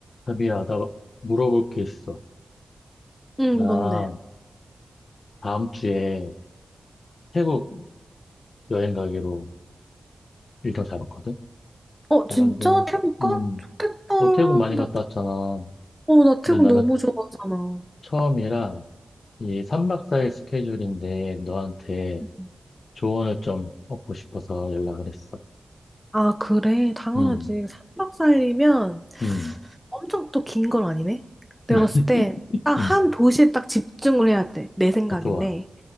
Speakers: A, on the left (about 55°); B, in the centre.
A: 자비야, 나 물어볼 게 있어.
B: 응,
A: 나
B: 뭔데?
A: 다음 주에 태국 여행 가기로 일정 잡았거든?
B: 어,
A: 나
B: 진짜?
A: 근데,
B: 태국 가?
A: 음,
B: 좋겠다.
A: 너 태국 많이 갔다
B: 나,
A: 왔잖아.
B: 어, 나 태국
A: 근데 나는
B: 너무 좋아하잖아.
A: 처음이라 이 3박 4일 스케줄인데 너한테
B: 음.
A: 조언을 좀 얻고 싶어서 연락을 했어.
B: 아, 그래. 당연하지.
A: 음,
B: 삼박사일이면
A: 음,
B: 엄청 또 긴 건 아니네? 내가
A: <laughs>
B: 봤을 때 딱 한
A: 음,
B: 도시에 딱 집중을 해야 돼. 내 생각인데.
A: 어, 좋아.